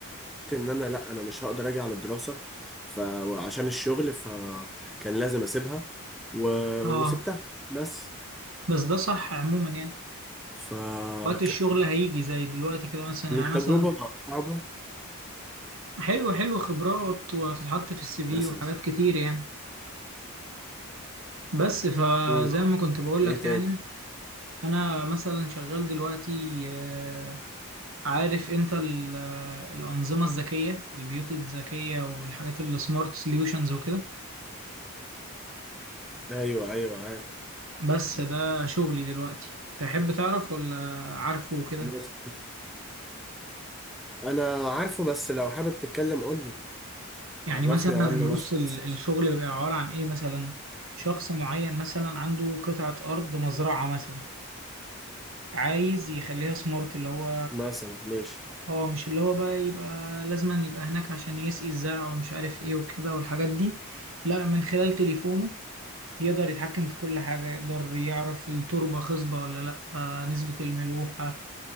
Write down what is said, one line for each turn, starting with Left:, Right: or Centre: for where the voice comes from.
Centre: ان انا لا انا مش هقدر اجي على الدراسه ف وعشان الشغل فكان لازم اسيبها و... وسبتها
Right: اه
Centre: بس
Right: بس ده صح عموما يعني
Centre: فكانت
Right: وقت الشغل هيجي زي دلوقتي كده مثلا يعني
Centre: تجربه
Right: مثلا
Centre: صعبه
Right: حلو حلو خبرات وهتتحط في السي في
Centre: مثلا
Right: وحاجات كتير يعني بس فزي
Centre: امم
Right: ما كنت بقول
Centre: ايه
Right: لك
Centre: تاني
Right: يعني انا مثلا شغال دلوقتي آه، عارف انت ال- آه، الأنظمة الذكية البيوت الذكية والحاجات اللي سمارت سوليوشنز وكده
Centre: ايوه ايوه عارف
Right: بس ده شغلي دلوقتي تحب تعرف ولا عارفه وكده
Centre: بس انا عارفه بس لو حابب تتكلم قول لي
Right: يعني
Centre: عرفني
Right: مثلا
Centre: عنه
Right: بص
Centre: مثلا
Right: ال- الشغل بيبقى عبارة عن ايه مثلا شخص معين مثلا عنده قطعة أرض مزرعة مثلا عايز يخليها سمارت اللي هو
Centre: مثلا ماشي
Right: اه مش اللي هو بقى يبقى لازما يبقى هناك عشان يسقي الزرع ومش عارف ايه وكده والحاجات دي لا من خلال تليفونه يقدر يتحكم في كل حاجة يقدر يعرف التربة خصبة ولا لا آه، نسبة الملوحة